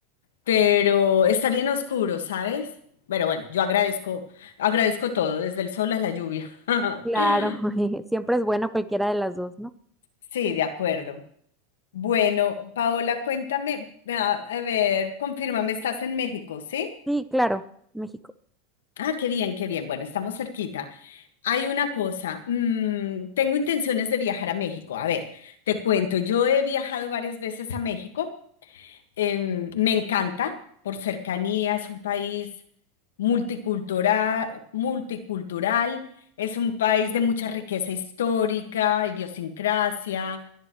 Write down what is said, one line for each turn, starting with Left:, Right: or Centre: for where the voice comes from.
Left: pero está bien oscuro, ¿sabes? Pero bueno, yo agradezco, agradezco todo, desde el sol a la lluvia. <laughs>
Centre: Claro, <laughs> siempre es bueno cualquiera de las dos, ¿no?
Left: Sí, de acuerdo. Bueno, Paola, cuéntame, a, a ver, confírmame, estás en México, ¿sí?
Centre: Sí, claro, México.
Left: Ah, qué bien, qué bien. Bueno, estamos cerquita. Hay una cosa, mm, tengo intenciones de viajar a México. A ver, te cuento, yo he viajado varias veces a México. em, me encanta por cercanía, es un país multicultural, multicultural, es un país de mucha riqueza histórica, idiosincrasia.